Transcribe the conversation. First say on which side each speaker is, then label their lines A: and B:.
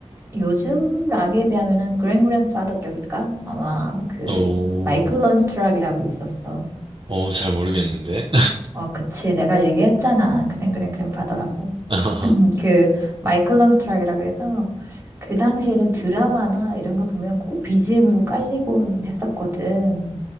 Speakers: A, on the right; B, on the right.
A: 요즘 락에 비하면은 그랜그랜파더 격일까? 아마 그
B: 오,
A: 마이클 런스트락이라고 있었어.
B: 오, 잘 모르겠는데.
A: 어, 그치. 내가 얘기했잖아. 그랭, 그랭, 그랭 파더라고.
B: <laughs>
A: <clears throat> 그, 마이클 런스트락이라 그래서, 그 당시에는 드라마나 이런 거 보면 꼭 BGM으로 깔리곤 했었거든.